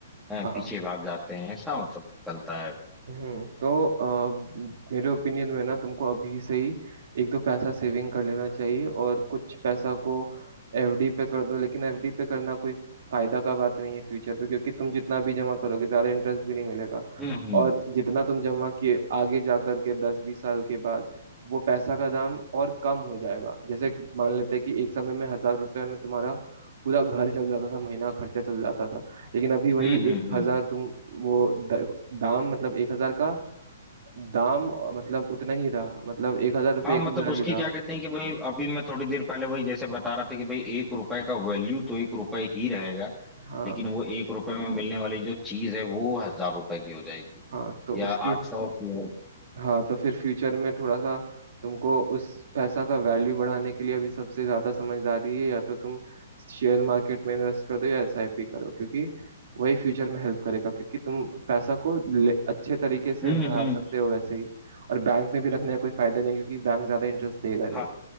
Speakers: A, in the centre; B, on the right.
A: अ,
B: हाँ
A: पीछे भाग जाते हैं ऐसा मतलब चलता है
B: हम्म तो अ, मेरे ओपिनियन में ना तुमको अभी से ही एक तो पैसा सेविंग कर लेना चाहिए और कुछ पैसा को एफडी पे कर दो लेकिन एफडी पे करना कोई फायदा का बात नहीं है फ्यूचर पे क्योंकि तुम जितना भी जमा करोगे ज्यादा इंटरेस्ट भी नहीं मिलेगा
A: हम्म हम्म
B: और जितना तुम जमा किए आगे जा करके दस बीस साल के बाद वो पैसा का दाम और कम हो जाएगा जैसे मान लेते हैं कि एक समय में हजार रुपये में तुम्हारा पूरा घर चल जाता था महीना का खर्चा चल जाता था लेकिन अभी वही
A: हम्म हम्म
B: एक
A: हम्म
B: हजार तुम वो दाम मतलब एक हजार का दाम मतलब उतना ही रहा मतलब एक हजार रुपये
A: हाँ
B: एक
A: मतलब
B: हजार
A: उसकी
B: ही रहा
A: क्या कहते हैं कि भाई अभी मैं थोड़ी देर पहले वही जैसे बता रहा था कि भाई एक रुपए का वैल्यू तो एक रुपए ही रहेगा
B: हाँ
A: लेकिन वो एक रुपए में मिलने वाली जो चीज है वो हजार रुपए की हो जाएगी
B: हाँ तो
A: या
B: उसके
A: आठ
B: लिए
A: सौ की हो
B: हाँ तो फिर फ्यूचर में थोड़ा सा तुमको उस पैसा का वैल्यू बढ़ाने के लिए अभी सबसे ज़्यादा समझदारी है या तो तुम शेयर मार्केट में इन्वेस्ट कर दो या एसआईपी करो क्योंकि वही फ्यूचर में हेल्प करेगा क्योंकि तुम पैसा को ले, अच्छे तरीके से
A: हम्म
B: बढ़ा
A: हम्म
B: सकते हो वैसे ही और बैंक में भी रखने का कोई फायदा नहीं क्योंकि बैंक ज़्यादा इंटरेस्ट देगा नहीं
A: हाँ